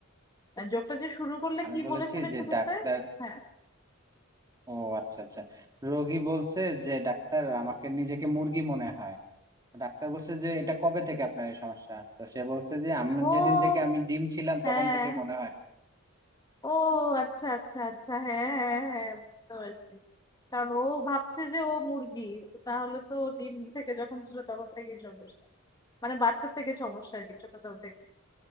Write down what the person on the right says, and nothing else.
আমি
বলেছি
যে
ডাক্তার
ও আচ্ছা আচ্ছা রোগী বলছে যে ডাক্তার আমাকে নিজেকে মুরগি মনে হয় ডাক্তার বলছে যে এটা কবে থেকে আপনার এই সমস্যা তো সে বলছে যে আমি
যেদিন থেকে আমি ডিম ছিলাম
তখন থেকে মনে হয়